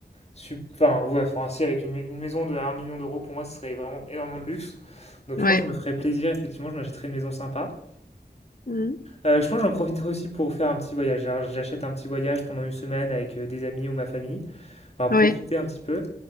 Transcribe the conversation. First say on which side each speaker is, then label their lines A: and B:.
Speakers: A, on the left (about 40°); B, on the left (about 55°).
A: Sup- Enfin, ouais, enfin, si, avec une, une maison de un million d'euros, pour moi, ce serait vraiment énormément de luxe. Donc,
B: Ouais.
A: je pense que je me ferais plaisir, effectivement, je m'achèterais une maison sympa.
B: Mm.
A: Euh, je pense que j'en profiterai aussi pour faire un petit voyage. Alors, j'achète un petit voyage pendant une semaine avec euh, des amis ou ma famille. Enfin, profiter
B: Ouais.
A: un petit peu.